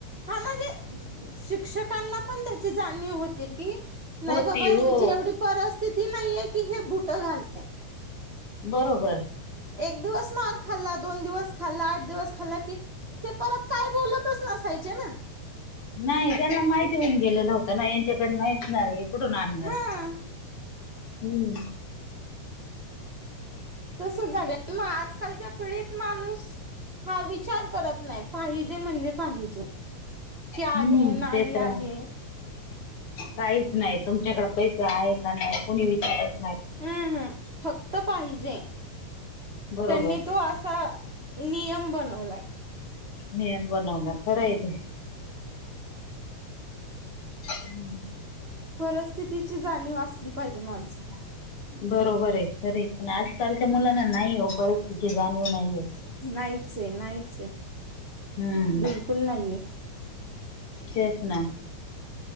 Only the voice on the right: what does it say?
हा म्हणजे शिक्षकांना पण त्याची जाणीव होते की नाही
बाबा
ह्यांची एवढी परिस्थिती नाहीये की हे बुट घालते.
एक दिवस मार खाल्ला दोन दिवस खाल्ला आठ दिवस खाल्ला की ते परत काय बोलतच नसायचे न
हा
तसंच झालंय मग आजकालच्या पिढीत माणूस हा विचार करत नाही पाहिजे म्हणजे पाहिजे कि आहे
नाही
आहे
हम् हम् फक्त पाहिजे
त्यांनी तो असा नियम बनवलाय
परिस्थितीची जाणीव असली पाहिजे माणसाला
नाहीच आहे नाहीच आहे
बिलकुल नाहीेये